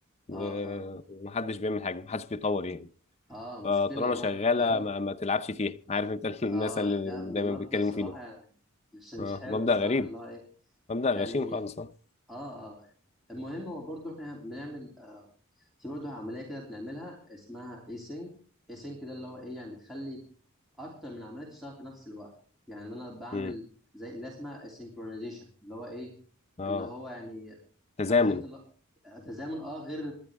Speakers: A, on the left; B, in the centre.
A: و-
B: اه اه
A: ومحدش بيعمل حاجه محدش بيطور يعني
B: اه
A: فطالما
B: مشكلة برضو
A: شغاله
B: فاهم
A: ما, ما تلعبش فيها عارف انت
B: اه
A: <laughs> الناس اللي
B: لا م-
A: دايما
B: مبدأ
A: بيتكلموا
B: صراحة
A: فيه ده
B: يعني مش مش
A: آه.
B: حلو
A: مبدأ
B: الصراحة
A: غريب
B: اللي هو ايه
A: مبدأ
B: يعني
A: غشيم خالص اه
B: اه اه المهم هو برضو احنا بنعمل آه في برضو عملية كده بنعملها اسمها ايسينج ايسينج ده اللي هو ايه يعني بتخلي اكتر من عملية تشتغل في نفس الوقت يعني انا بعمل
A: مم.
B: زي اللي اسمها السينكرونايزيشن اللي هو ايه
A: اه
B: اللي هو يعني
A: تزامن
B: عارف انت اللي هو تزامن اه غير